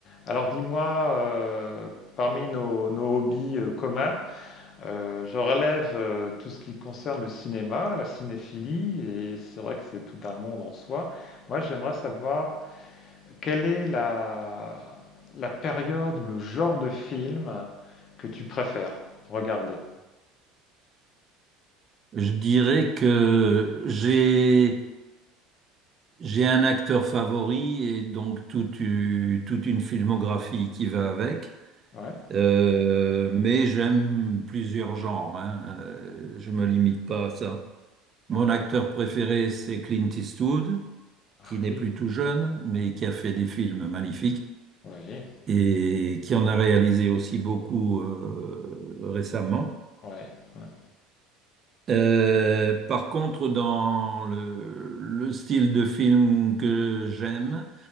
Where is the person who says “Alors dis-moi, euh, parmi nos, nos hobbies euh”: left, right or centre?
Left